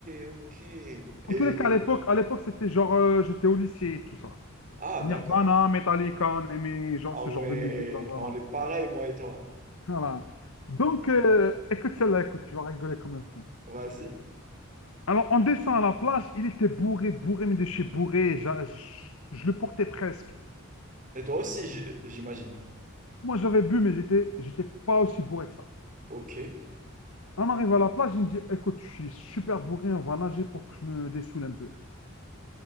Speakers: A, on the right (about 40°); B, on the left (about 75°).
A: ok. Et...
B: En tous les cas, à l'époque, à l'époque, c'était genre, euh, j'étais au lycée et tout ça.
A: Ah,
B: Nirvana,
A: d'accord.
B: Metallica, on aimait genre,
A: Ah
B: ce
A: ouais,
B: genre de musique. donc voilà.
A: on est pareil, moi et toi.
B: Voilà. Donc, euh, écoute celle-là, écoute, tu vas rigoler comme un fou.
A: Vas-y.
B: Alors, en descend à la plage, il était bourré, bourré, mais de chez bourré. J'a- Je, je le portais presque.
A: Et toi aussi, j- j'imagine.
B: Moi, j'avais bu, mais j'étais, j'étais pas aussi bourré que ça.
A: Ok. <laughs>
B: On arrive à la plage, il me dit, écoute, je suis super bourré, on va nager pour que je me dessoule un peu.